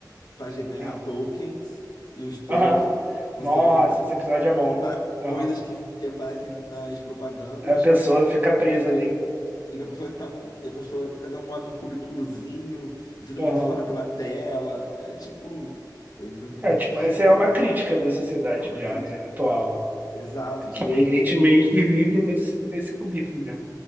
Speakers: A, on the left (about 65°); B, on the right (about 25°).
A: pra ge- ganhar
B: Ah.
A: tokens, e os tokens
B: Aham.
A: você
B: Nossa,
A: compra,
B: esse episódio é bom.
A: compra coisas
B: Aham.
A: que, que aparecem nas propagandas
B: A pessoa fica presa ali.
A: E que a pessoa tá num. E a pessoa. Cada um mora num cubículozinho e todo
B: Aham.
A: mundo fala pela tela. É tipo. Bem Black,
B: É, tipo,
A: a gente
B: essa
A: tá
B: é
A: no
B: uma
A: Black-
B: crítica da sociedade
A: é uma
B: já,
A: crítica.
B: né, atual.
A: Exato, já
B: Que
A: é uma
B: a gente
A: crítica atual
B: meio que vive nesse, nesse cubículo já.